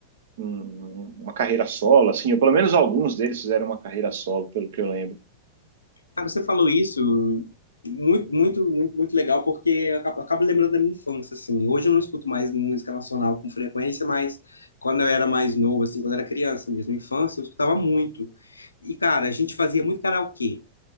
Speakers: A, on the right; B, on the left.
A: um- uma carreira solo, assim, ou pelo menos alguns deles fizeram uma carreira solo, pelo que eu lembro.
B: Cara, você falou isso muito, muito, muito, muito legal, porque eu acabo, acabo lembrando da minha infância, assim. Hoje eu não escuto mais música nacional com frequência, mas quando eu era mais novo, assim, quando eu era criança mesmo, infância, eu escutava muito. E, cara, a gente fazia muito karaokê.